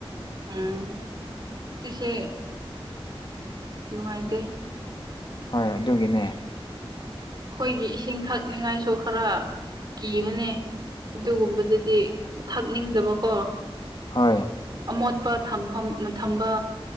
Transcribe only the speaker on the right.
ꯎꯝ ꯁꯤꯁ‌ꯦ ꯅꯨꯡꯉꯥꯏꯇꯦ ꯫
ꯈꯣꯏꯒꯤ ꯏꯁꯤꯡ ꯊꯛꯅꯤꯡꯉꯥꯏꯁꯨ ꯈꯔ ꯀꯤꯕꯅꯦ ꯑꯗꯨꯒꯨꯝꯕꯗꯗꯤ ꯊꯛꯅꯤꯡꯗꯕꯀꯣ ꯫
ꯑꯃꯣꯠꯄ ꯊꯝꯐꯝ ꯊꯝꯕ